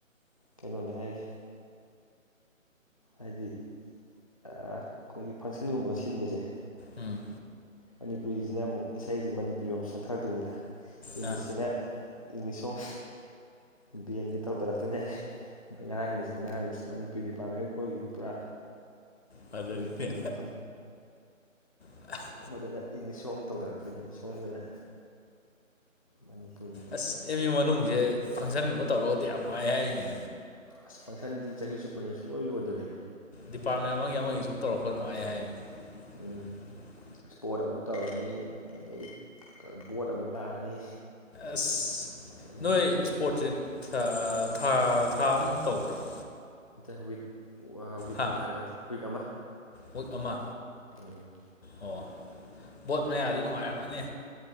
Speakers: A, on the left (about 25°); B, on the left (about 50°).
A: ꯀꯩꯅꯣꯅꯦ ꯍꯥꯏꯔꯤ ꯍꯥꯏꯗꯤ ꯑꯥ ꯑꯩꯈꯣꯏꯒꯤ ꯐꯪꯁꯟꯒꯨꯝꯕꯒ ꯁꯤꯟꯕꯁꯦ
B: ꯎꯝ
A: ꯃꯅꯤꯄꯨꯔꯤ ꯒꯤꯁꯤꯅ ꯑꯃꯨꯛ ꯏꯁꯩꯁꯦ ꯃꯅꯤꯄꯨꯔꯤꯔꯣꯝ ꯁꯛꯊꯔꯛꯇꯣꯏꯅꯤꯅ ꯏꯪꯂꯤꯁꯁꯤꯅ
B: ꯑ
A: ꯏꯪꯂꯤꯁ ꯁ‌ꯣꯡ ꯕ‌ꯦꯟꯒ ꯇꯧꯊꯔꯛꯇꯣꯏꯅꯦ ꯍꯥꯏ ꯃ‌ꯣꯏ ꯉꯔꯥꯡ ꯏꯪꯂꯤꯁꯒꯤꯗꯨꯅ ꯍꯥꯏꯔꯝꯃ‌ꯦ ꯃꯅꯤꯄꯨꯔꯤ ꯗꯤꯄꯥꯔꯠꯃꯦꯟ ꯑꯩꯈ‌ꯣꯏꯒꯗꯤ ꯄꯨꯔꯥ
B: ꯐꯖꯔꯤꯅ‌ꯦ
A: ꯑꯦꯟꯇꯤꯅꯦ
B: ꯑ
A: ꯑꯗꯨꯗ ꯏꯪꯂꯤꯁ ꯁꯣꯡ ꯇꯧꯊꯔꯛꯇꯣꯏꯅꯤ ꯁꯣꯝꯗꯅ ꯃꯅꯤꯄꯨꯔꯤ
B: ꯑꯁ ꯑꯦꯝ ꯌꯨ ꯃꯅꯨꯡꯁꯦ ꯐꯪꯁꯟꯒꯨꯝꯕ ꯇꯧꯔꯒꯗꯤ ꯌꯥꯝ ꯅꯨꯜꯉꯥꯏ ꯍꯥꯏꯔꯤꯅꯦ
A: ꯑꯁ ꯐꯪꯁꯟꯗꯤ ꯆꯍꯤ ꯆꯨꯞꯄꯅ‌ꯦ ꯁꯨꯡꯂꯣꯏ ꯂꯣꯏꯗꯕꯅꯤ
B: ꯗꯤꯄꯥꯔꯠꯃꯦꯟ ꯑꯃꯒꯤ ꯑꯃꯒꯤ ꯁꯨꯝ ꯇꯧꯔꯛꯄꯗ ꯅꯨꯡꯉꯥꯏ ꯍꯥꯏꯌ‌ꯦ <inaudible>
A: ꯎꯝ ꯏꯁꯄꯣꯔꯠ ꯑꯃꯨꯛ ꯇꯧꯔꯅꯤ ꯑꯗꯩ ꯕꯣꯠ ꯑꯃꯨꯛ ꯂꯥꯛꯑꯅꯤ
B: ꯑꯁ
A: ꯑꯗꯩꯗꯤ
B: ꯅꯣꯏ ꯏꯁꯄꯣꯔꯠꯁ ꯊꯥ ꯊꯥ ꯑꯃ ꯃꯨꯛ ꯇꯧꯕ꯭ꯔ‌ꯣ
A: ꯅꯠꯇꯦ ꯋꯤꯛ ꯑꯥ ꯋꯤꯛ
B: ꯍꯥ
A: ꯑꯃ ꯁꯨꯃꯥꯏꯅ ꯇꯧꯕꯅꯤ ꯋꯤꯛ ꯑꯃ
B: ꯋꯤꯛ ꯑꯃ
A: ꯎꯝ
B: ꯑꯣ ꯕꯣꯠ ꯃꯌꯥꯗꯤ ꯅꯨꯡꯉꯥꯏꯔꯝꯃꯅꯤ